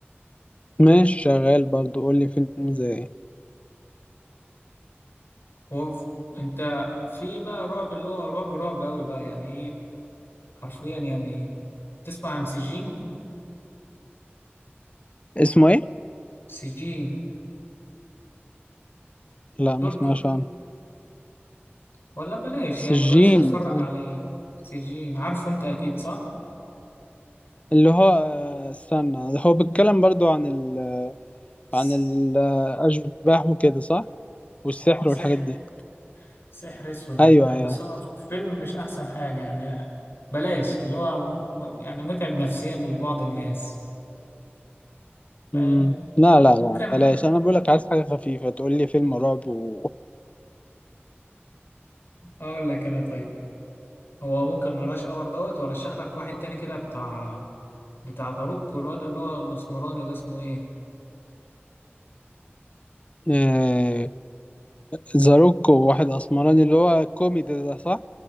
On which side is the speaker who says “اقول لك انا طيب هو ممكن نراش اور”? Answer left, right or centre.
Left